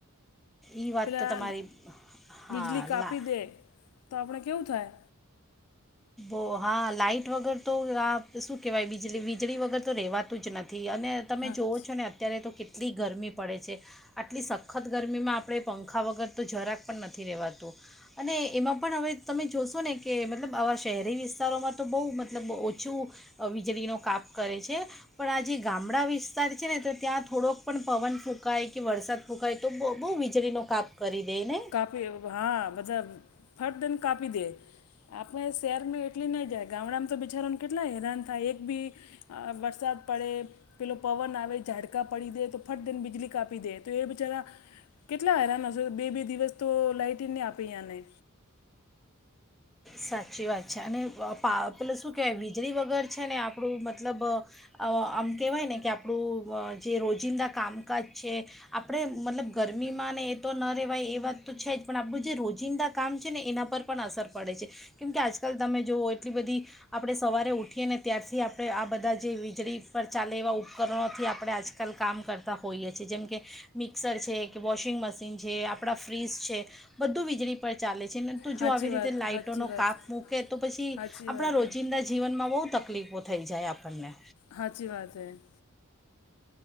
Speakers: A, in the centre; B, on the left.
A: એ વાત
B: પેલા
A: તો તમારી હા
B: બીજલી કાપી
A: લા
B: દે તો આપણે કેવું થાય?
A: ઓ હા લાાઈટ વગર તો આ શું કહેવાય વીજળી વીજળી વગર તો રહેવાતું જ નથી અને તમે
B: હા
A: જોઓ છો ને અત્યારે તો કેટલી ગરમી પડે છે. આટલી સખત ગરમીમાં આપણે પંખા વગર તો જરાક પણ નથી રેવાતું. અને એમાં પણ હવે તમે જોશો ને કે મતલબ આવા શહેરી વિસ્તારોમાં તો બહુ મતલબ ઓછું વીજળીનો કાપ કરે છે. પણ આ જે ગામડા વિસ્તાર છે ને તો ત્યાં થોડોક પણ પવન ફૂંકાય કે વરસાદ ફુકાય તો બહુ વીજળી નો કાપ કરી દે ને.
B: કાપી હા બધા ફટ દેને કાપી દે. આપણે શહેરમાં એટલી નહીં જાય ગામડામાં તો બિચારાને કેટલા હેરાન થાય એક બી વરસાત પડે પેલો પવન આવે ઝાડકા પડી દે તો ફટ દેને વીજળી કાપી દે તો એ બિચારા કેટલા હેરાના છે. બે બે દિવસ તો લાઈટ ન આપેંને
A: સાચી વાત છે અને પેલે શું કહેવાય વીજળી વગર છે ને આપણું મતલબ આમ કહેવાય ને કે આપણું જે રોજિંદા કામકાજ છે. આપણે મતલબ ગરમીમાં ને એ તો ન રહેવાય એ વાત તો છે જ પણ આપણું જે રોજિંદા કામ છે ને એના પર પણ અસર પડે છે કેમ કે આજકાલ તમે જુઓ એટલી બધી આપણે સવારે ઉઠીએ ને ત્યારથી આપણે આ બધા જે વીજળી પર ચાલે એવા ઉપકરણોથી આપણે આજ કલ કામ કરતા હોઈએ છીએ જેમ કે મિક્સર છે, કે વોશિંગ મશીન છે, આપણા ફ્રીઝ છે, બધું વીજળી પર ચાલે છે. તો
B: સાચી
A: જો આવી રીતે
B: વાત
A: લાઈટોનો
B: સાચી વાત
A: કાપ મૂકે તો પછી
B: સાચી
A: આપણા
B: વાત
A: રોજીિંદ
B: હે
A: જીવનમાં બહુ તકલીફો થઈ જાય આપણને.
B: હાચી વાત તારી.